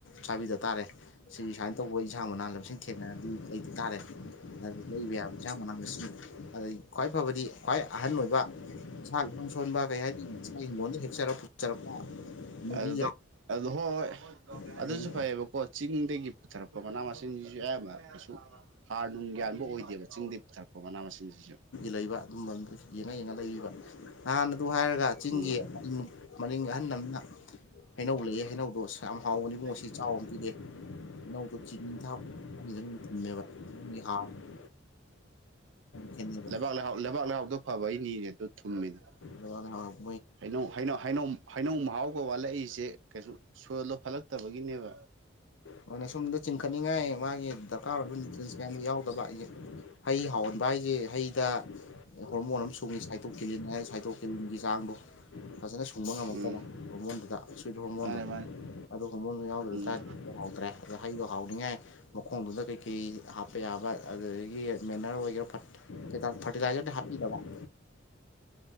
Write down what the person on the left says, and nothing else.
ꯆꯥꯕꯤꯗ ꯇꯥꯔꯦ ꯁꯤ ꯁꯥꯏꯅ ꯇꯧꯕ꯭ꯔꯣ ꯏꯟꯁꯖꯡ ꯃꯅꯥ ꯃꯁꯤꯡ ꯑꯗꯨ ꯂꯩꯗ ꯇꯥꯔꯦ ꯑꯗꯨ ꯂꯩꯕ ꯌꯥꯕ ꯑꯦꯟꯁꯥꯡ ꯃꯅꯥꯥ ꯃꯁꯤꯡ ꯑꯗꯩ ꯈ꯭ꯋꯥꯏ ꯐꯕꯗꯤ ꯈ꯭ꯋꯥꯏ ꯑꯍꯟ ꯑꯣꯏꯕ ꯏꯁꯥꯒ ꯏꯁꯣꯟ ꯁꯣꯟꯕ ꯀꯩ ꯍꯥꯏꯅꯤ ꯏꯁꯥꯒꯤ ꯍꯤꯡꯒꯣꯟꯗꯩ ꯍꯦꯛꯆꯔ ꯄꯨꯖꯔꯛꯄ ꯍꯅꯨꯕꯤ
ꯌꯥꯎꯕꯗꯤ
ꯂꯩꯕ ꯑꯗꯨꯝꯕꯗꯨ ꯌꯦꯡꯉ ꯌꯦꯡꯉ ꯂꯩꯕꯤꯕ ꯅꯍꯥꯟ ꯑꯗꯨ ꯍꯥꯏꯔꯒ ꯆꯤꯡꯒꯤ
ꯃꯔꯤꯡ ꯃꯔꯤꯡ ꯑꯍꯜ ꯑꯃꯅ ꯍꯩꯅꯧ ꯂꯩꯌꯦ ꯍꯩꯅꯧꯗꯣ ꯁꯪ ꯌꯥꯝ ꯍꯥꯎꯕꯅꯤ
ꯢꯕꯨꯉꯣ ꯁꯤ ꯆꯥꯎꯅ ꯑꯃ ꯄꯤꯔꯛꯑꯦ ꯑꯅꯧꯕ ꯆꯤꯅꯤ ꯊꯥꯛꯄꯗꯧ ꯊꯨꯝꯃꯦꯕ <unintelligible> ꯈꯦꯠꯅꯩꯕ
ꯂꯩꯕꯥꯛ ꯂꯩꯍꯥꯎ
ꯑꯗꯨꯅꯦ ꯁꯣꯝꯗ ꯆꯤꯡꯈꯠꯅꯤꯡꯉꯥꯏ ꯃꯥꯒꯤ ꯗꯔꯀꯥꯔ ꯑꯣꯏꯕ ꯅꯨꯇ꯭ꯔꯤꯑꯦꯟꯠꯁ ꯀꯌꯥꯃꯨꯛ ꯌꯥꯎꯗꯕ ꯑꯗꯒꯤ ꯍꯩ ꯍꯥꯎꯍꯟꯕ ꯍꯥꯏꯁꯦ ꯍꯩꯗ ꯍꯣꯔꯃꯣꯟ ꯑꯃ ꯁꯨꯡꯏ ꯁꯥꯏꯇꯣꯀꯤꯅꯤꯟ ꯍꯥꯏ ꯁꯥꯏꯇꯣꯀꯤꯅꯤꯟꯒꯤ ꯆꯥꯡꯗꯣ ꯐꯖꯅ ꯁꯨꯡꯕ ꯉꯝꯃꯛꯇꯕ
ꯍꯣꯔꯃꯣꯟꯗꯨꯗ ꯁꯤꯠ ꯍꯣꯔꯃꯣꯟꯗꯣ
ꯑꯗꯨ ꯍꯣꯔꯃꯣꯟꯗꯨ ꯌꯥꯎꯗ꯭ꯔ
ꯇꯥꯔꯗꯤ ꯗ꯭ꯔꯦ ꯑꯗꯣ ꯍꯩꯗꯣ ꯍꯥꯎꯅꯤꯡꯉꯥꯏ ꯃꯈꯣꯡꯗꯨꯗ ꯀꯩꯀꯩ ꯍꯥꯞꯄ ꯌꯥꯕ ꯑꯗꯨꯗꯒꯤ ꯃꯦꯅꯔ ꯑꯣꯏꯒꯦꯔꯥ ꯒꯤꯇꯤꯂꯤꯖꯤ ꯗꯤ ꯍꯄꯧꯗꯕ <inaudible>